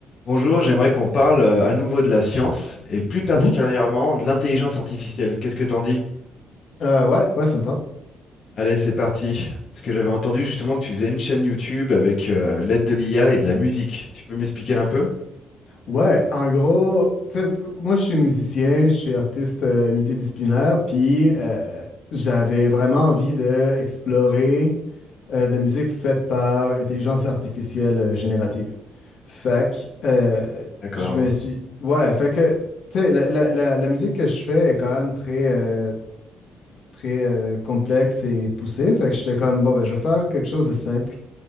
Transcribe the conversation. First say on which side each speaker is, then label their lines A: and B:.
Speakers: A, on the left (about 55°); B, on the left (about 70°).
A: Bonjour, j'aimerais qu'on parle euh, à nouveau de la science et plus particulièrement
B: Mhm.
A: de l'intelligence artificielle. Qu'est-ce que t'en dis?
B: Euh, ouais, ouais, ça me tente.
A: Allez, c'est parti. Parce que j'avais entendu justement que tu faisais une chaîne YouTube avec euh, l'aide de l'IA et de la musique. Tu peux m'expliquer un peu?
B: Ouais, en gros, tu sais, moi je suis musicien, je suis artiste euh, multidisciplinaire, puis euh, j'avais vraiment envie d'explorer de la musique faite par intelligence artificielle euh, générative. Fait que euh,
A: D'accord.
B: je me suis. Ouais, fait que, tu sais, la, la- la- la musique que je fais est quand même très, euh, très euh, complexe et poussée. Fait que j'étais comme, bon, ben, je vais faire quelque chose de simple.